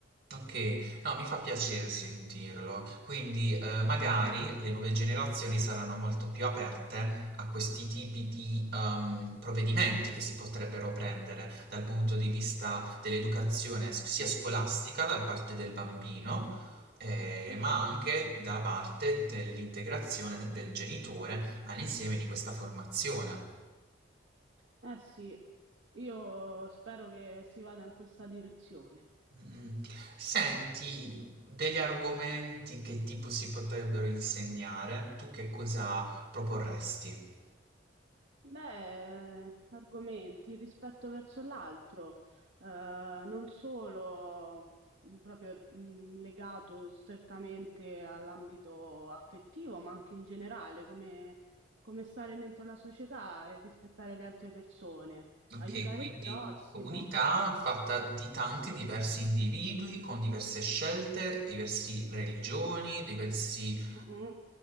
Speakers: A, on the right; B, on the right.
A: Okay. No, mi fa piacere sentirlo. Quindi, ehm, magari le nuove generazioni saranno molto più aperte a questi tipi di, ehm, provvedimenti che si potrebbero prendere dal punto di vista dell'educazione s sia
B: Mm-mm.
A: scolastica da parte del bambino, ehm,
B: Sì,
A: ma
B: sì.
A: anche da parte dell'integrazione del genitore all'insieme di questa formazione.
B: Eh sì, io spero che si vada in questa direzione.
A: Mm. Senti, degli argomenti che tipo si potrebbero insegnare, tu che cosa proporresti?
B: Beh, argomenti, il rispetto verso l'altro, eh, non solo mh, proprio mh, legato strettamente all'ambito affettivo, ma anche in generale, come, come stare dentro la società e rispettare le altre persone,
A: Ok,
B: aiutare
A: quindi
B: il prossimo.
A: comunità fatta di tanti diversi individui con diverse scelte, diverse religioni, diverse eh,
B: Mm-mm,